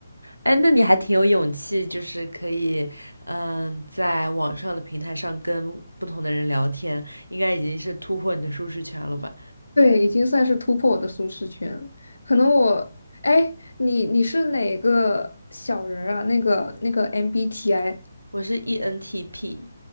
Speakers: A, on the right; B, on the left.
A: 哎，那你还挺有勇气，就是可以，嗯、在网上的平台上跟不同的人聊天，应该已经是突破你的舒适圈了吧？
B: 对，已经算是突破我的舒适圈了。可能我，哎，你你是哪个小人儿啊？那个那个 MBTI。
A: 我是 ENTP，INTJ，